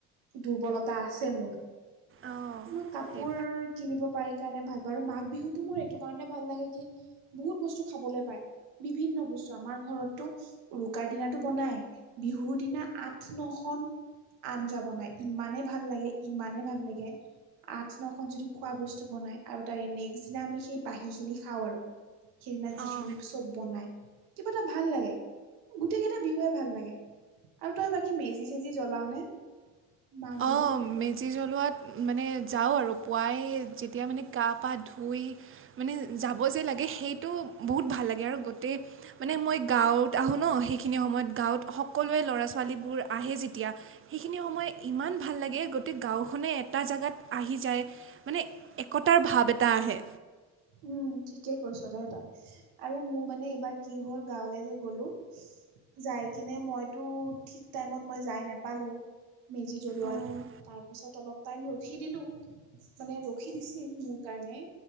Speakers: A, on the right; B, on the right.
A: দুৰ্বলতা আছে মোৰ।
B: অঁ
A: মই কাপোৰ
B: সেই
A: কিনিব পাৰি কাৰণে ভাল পাওঁ আৰু মাঘ বিহুতটো মোৰ এইটো কাৰণে ভাল লাগে কি বহুত বস্তু খাবলৈ পায়, বিভিন্ন বস্তু আমাৰ ঘৰতটো। উৰুকাৰ দিনাটো বনাই বিহুৰ দিনা আঠ নখন। আঞ্জা বনাই ইমানে ভাল লাগে ইমানে ভাল লাগে। আঠ নখন যদি খোৱা বস্তু বনাই আৰু তাৰে নেক্স দিনা আমি সেই বাঁহী খিনি খাওঁ আৰু। সেইদিনা যিখিনি
B: অঁ
A: চব বনাই, কিবা এটা ভাল লাগে গোটেই কেইটা বিহুৱে ভাল লাগে। আৰু তই বাকী মেজি চেজি জ্বলাও নে? মাঘ বিহুত
B: অ মে জি জ্বলোৱাত মানে যাওঁ আৰু পুৱাই যেতিয়া মানে গা পা ধুই মানে যাব যে লাগে সেইটো বহুত ভাল লাগে আৰু গোটেই মানে মই গাঁৱত আহোঁ ন সেইখিনি সময়ত গাঁৱত সকলোৱে ল'ৰা ছোৱালীবোৰ আহে যেতিয়া সেইখিনি সময় ইমান ভাল লাগে গতেই গাঁওখনে এটা জেগাত আহি যায়। মানে একতাৰ ভাৱ এটা আহে।
A: উম ঠিকেই কৈছ দে তই আৰু মোৰ মানে এইবাৰ কি হ'ল গাঁৱলে যে গলো। যাই কিনে মই তো ঠিক টাইমত মই যাই নাপালোঁ মেজি জ্বলোৱাৰ
B: অঁ
A: তাৰপিছত অলপ টাইম ৰখি দিলোঁ মানে ৰখি দিছিল মোৰ কাৰণে।